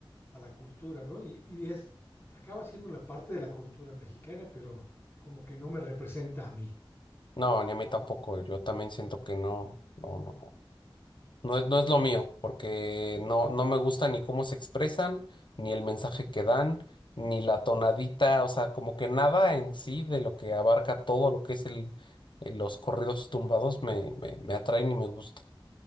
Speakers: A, on the left; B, on the left.
A: a la cultura, ¿no? Y, y es, acaba siendo una parte de la cultura mexicana, pero como que no me representa a mí.
B: no, ni a mí tampoco. Yo también siento que no, no, no. no. No es, no es lo mío, porque
A: Mm,
B: no, no me gusta ni cómo se expresan, ni el mensaje que dan, ni la tonadita, o sea, como que nada en sí de lo que abarca todo lo que es el, el- los corridos tumbados me, me, me atraen y me gusta.